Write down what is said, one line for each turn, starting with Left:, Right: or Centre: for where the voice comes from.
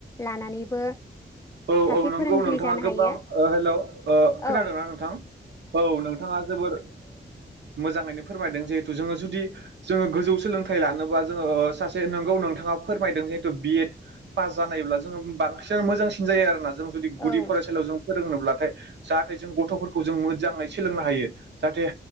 Left: लानानैबो
Right: औ
Left: सासे
Right: औ नंगौ
Left: फोरोंगिरि
Right: नोंथाङा
Left: जानो
Right: गोबां
Left: हायो
Right: हेल' खोनादोंना
Left: औ
Right: नोंथां औ नोंथाङा जोबोर मोजाङैनो फोरमायदों जिहेथु जोङो जुदि जोङो गोजौ सोलोंथाइ लानोबा जोङो सासे नोंगौ नोंथाङा फोरमायदों जिहेथु बिएड पास जानायब्ला जोङो बांसिन मोजांसिन जायो आरोना जों जुदि गुदि
Left: औ
Right: फरायसालियाव जों फोरोंनोब्लाथाय जाहाथे जों गथ'फोरखौ जों मोजाङै सोलोंनो हायो जाहाथे